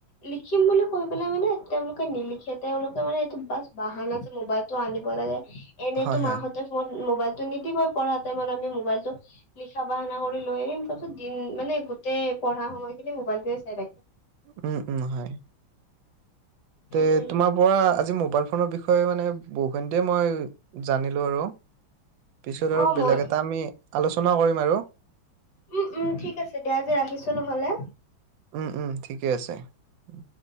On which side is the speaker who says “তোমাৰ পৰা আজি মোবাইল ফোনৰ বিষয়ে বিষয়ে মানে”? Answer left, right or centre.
Right